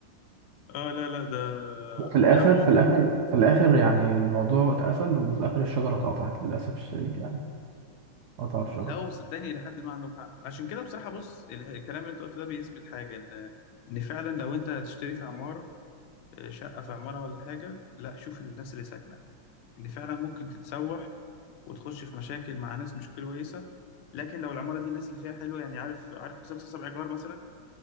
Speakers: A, on the left (about 80°); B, on the right (about 70°).
A: اه لا لا ده
B: وفي الآخر
A: لا
B: في الآخر في الآخر يعني الموضوع اتقفل وفي الآخر الشجرة اتقطعت للأسف الشديد يعني قطعوا الشجرة
A: لا هو صدقني الى حد ما عندهم حق عشان كده بصراحه بص ال- الكلام اللي انت قلته ده بيثبت حاجه ان ان فعلا لو انت هتشتري في عماره آه، شقه في عماره ولا حاجه لا شوف الناس اللي ساكنه ان فعلا ممكن تتسوح وتخش في مشاكل مع ناس مش كويسه لكن لو العماره دي الناس اللي فيها حلوه يعني عارف عارف مسلسل سبع جار مثلا